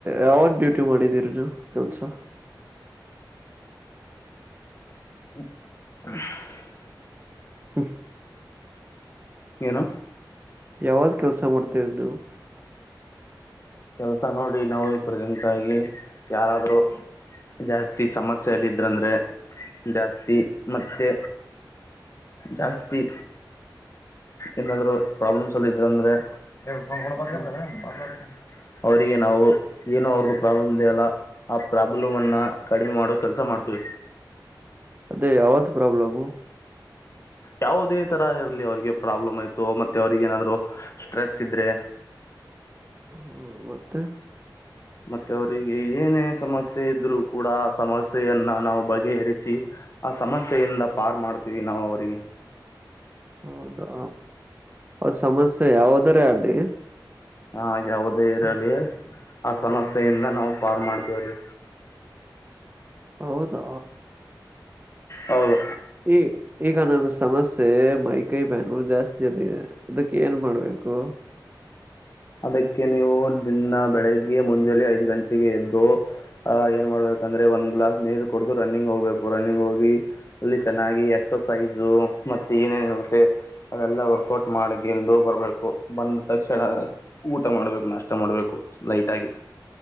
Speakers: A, on the right; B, on the left.
A: ಯಾವ.. ಇಷ್ಟು ಮಾಡಿದೀರಿ ನೀವು ಕೆಲ್ಸ
B: <unintelligible>
A: ಹ್ಮ್ <unintelligible>
B: ಏನು
A: ಯಾವಾಗ್ ಕೆಲ್ಸ ಮಾಡ್ತೀರಿ ನೀವು
B: ಕೆಲಸ ನೋಡಿ ನಾವು ಪ್ರೆಸೆಂಟ್ ಆಗಿ ಯಾರಾದ್ರರು ಜಾಸ್ತಿ ಸಮಸ್ಯೆಲ್ ಇದ್ರಂದ್ರೆ ಜಾಸ್ತಿ ಮತ್ತೆ ಜಾಸ್ತಿ ಏನಾದ್ರು ಪ್ರಾಬ್ಲಮ್ಸ್ ಅಲ್ ಇದ್ರ ಅಂದ್ರೆ ಎ ಸನ್ಕೊಂಡ ಬರ್ಗರ್ದದ
A: ಹ್ಮ್
B: ಬಾಗಲಾ.. ಅವರಿಗೆ ನಾವು ಏನೋ ಅವ್ರ್ದು ಪ್ರಾಬ್ಲಮ್ ಇದೆಯಲ್ಲ ಆ ಪ್ರಾಬ್ಲಮ್ ಅನ್ನ ಕಡಿಮೆ ಮಾಡೋ ಕೆಲ್ಸ ಮಾಡ್ತೀವಿ
A: ಅದೇ ಯಾವತ್ ಪ್ರಾಬ್ಲಮು
B: ಯಾವುದೇ ತರ ಇರಲಿ ಅವ್ರಿಗೆ ಪ್ರಾಬ್ಲಮ್ ಆಯ್ತು ಮತ್ತೆ ಅವ್ರಿಗ ಏನಾದ್ರು ಸ್ಟ್ರೆಸ್ ಇದ್ರೆ
A: ಹ್ಮ ಮತ್ತೆ
B: ಮತ್ತೆ ಅವರಿಗೆ ಏನೇ ಸಮಸ್ಯೆ ಇದ್ರು ಕೂಡ ಆ ಸಮಸ್ಯೆಯನ್ನ ನಾವು ಬಗೆಹರಿಸಿ ಆ ಸಮಸ್ಯೆಯಿಂದ ಪಾರ್ ಮಾಡ್ತೀವಿ ನಾವು ಅವರಿಗೆ
A: ಹೌದಾ ಅ ಸಮಸ್ಯೆ ಯಾವದರೆ ಆಗ್ಲಿ
B: ಹಾ ಯಾವುದೇ ಇರಲಿ ಆ ಸಮಸ್ಯೆಯಿಂದ ನಾವು ಪಾರ್ ಮಾಡ್ತೇವ್ರಿ
A: ಹೌದಾ
B: ಹೌದು
A: ಈ ಈಗ ನನ್ ಸಮಸ್ಯೆ ಮೈಕೈ ಬಾನು ಜಾಸ್ತಿ ಅದಿದೆ ಅದಕ್ಕೆ ಏನ್ ಮಾಡ್ಬೇಕು
B: ಅದಕ್ಕೆ ನೀವು ದಿನ್ನ ಬೆಳಿಗ್ಗೆ ಮುಂಜಾನೆ ಐದ್ ಗಂಟೆಗೆ ಎದ್ದು ಅಹ್ ಏನ್ ಮಾಡ್ಬೇಕಂದ್ರೆ ಒಂದ್ ಗ್ಲಾಸ್ ನೀರು ಕುಡ್ದು ರನ್ನಿಂಗ್ ಹೋಗ್ಬೇಕು ರನ್ನಿಂಗ್ ಹೋಗಿ ಅಲ್ಲಿ ಚೆನ್ನಾಗಿ ಎಕ್ಸಸೈಜು ಮತ್ತೆ ಏನೇನ ಆಗುತ್ತೆ ಅದೆಲ್ಲ ವರ್ಕೌಟ್ ಮಾಡಕಂದು ಬರ್ಬೇಕು ಬಂದ ತಕ್ಷಣ ಊಟ ಮಾಡ್ಬೇಕು ನಷ್ಟ ಮಾಡ್ಬೇಕು ಲೈಟ್ ಆಗಿ